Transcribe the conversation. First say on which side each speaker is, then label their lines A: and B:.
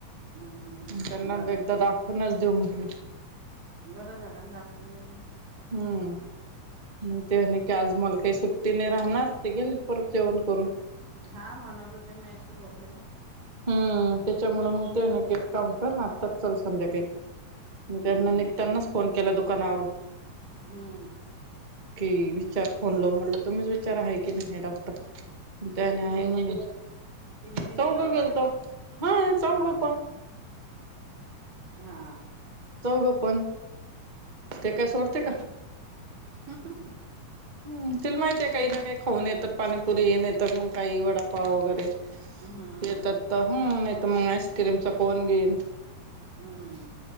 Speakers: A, on the right (about 70°); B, on the right (about 25°).
A: हम्म हम्म
B: त्यांना
A: बरोबर
B: एकदा दाखवूनच देऊ म्हटलं.
A: बरं झालं ना दाखवून दिलं.
B: हम्म मग ते आणि काय आज मला काही सुट्टी नाही राहणार ते गेले परत जेवण करून.
A: हा म्हणत होते ना माझ्याशी बोलले तर
B: हम्म, त्याच्यामुळं मग ते म्हणे एक काम कर आत्ताच चल संध्याकाळी. मग त्यांना
A: हम्म
B: निघतानाच फोन केला दुकानावरून.
A: हम्म.
B: कि विचार फोन लाऊन म्हंटल तुम्हीच विचारा आहे की नाही डॉक् त्याने
A: जिलेबी
B: आहे
A: नेल
B: म्हणे,
A: जिलेबी
B: चौघ
A: नेलं होतं
B: गेलतो.
A: का
B: हा चौघ
A: हा
B: पण.
A: हा
B: चौघ पण ते काय सोडते का.
A: <unintelligible>
B: हम्म, तिला माहितीये काही ना काही खाऊन येतात. पाणीपुरी नाईतर मग काही वडापाव वगैरे.
A: हम्म
B: येतात, तर हम नाही तर मग आईस्क्रीमचा कोण बिन
A: हम्म.